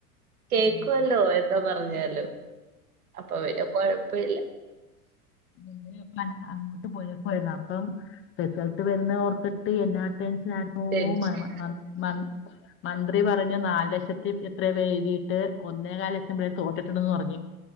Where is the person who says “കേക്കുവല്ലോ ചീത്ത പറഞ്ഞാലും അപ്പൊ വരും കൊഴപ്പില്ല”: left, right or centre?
Right